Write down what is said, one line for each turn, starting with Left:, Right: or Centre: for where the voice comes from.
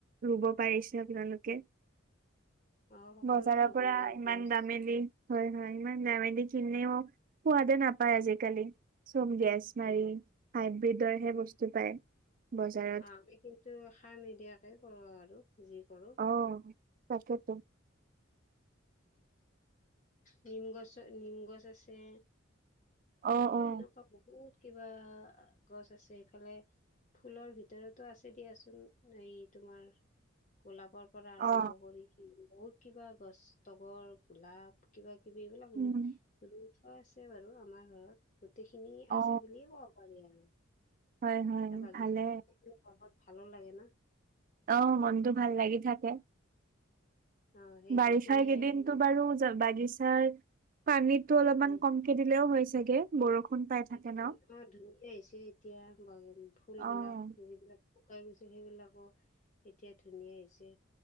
Right: ৰুব পাৰিছে আপোনালোকে।
Left: অ সকলোৱে
Right: বজাৰৰ
Left: ৰুব
Right: পৰা
Left: লাগে
Right: ইমান
Left: গছ
Right: দামেলি। হয়-হয় ইমান দামেদি কিনেও, সোৱাদে নাপায় আজিকালি। প্ৰথম গেছ
Left: হয়
Right: মাৰি
Left: হয়
Right: হাইব্ৰীডৰ হে বস্তু পায়। বজাৰত
Left: অ' আমি কিন্তু সাৰ নিদিয়াকে কৰো আৰু যি কৰো।
Right: অ তাকেতো।
Left: নিম গছত নিম গছ আছে। তাৰপিছত
Right: অ অ
Left: এনেকুৱা বহুত কিবা গছ আছে, এইফালে ফুলৰ ভিতৰতো আছে দিয়াচোন এই তোমাৰ গোলাপ পৰা আৰম্ভ
Right: অ
Left: কৰি বহুত কিবা গছ তগৰ, গোলাপ কিবা কিবি এইবিলাক
Right: উম
Left: ৰুই থোৱা আছে বাৰু আমাৰ ঘৰত। গোটেইখিনি
Right: অ',
Left: আছে বুলিয়ে ক'ব পাৰি আৰু।
Right: হয় হয়
Left: বাগিচাখন
Right: ভালে
Left: থাকিলে পঢ়াত ভালো লাগে না।
Right: অহ মনটো ভাল লাগি থাকে।
Left: অ সেইটো
Right: বাৰিষা
Left: ফুলে
Right: কেইদিনটো
Left: আৰু
Right: বাৰু বাগিচাৰ পানীত টো অলপমান
Left: উম
Right: কমকে দিলেও হয় চাগে, বৰষুণ পাই থাকে
Left: এইকেইদিন
Right: ন?
Left: ধুনীয়া হৈছে, এতিয়া ফুল
Right: অ',
Left: বিলাক যিবিলাক শুকাই গৈছো, সেইবিলাকো এতিয়া ধুনীয়া হৈছে,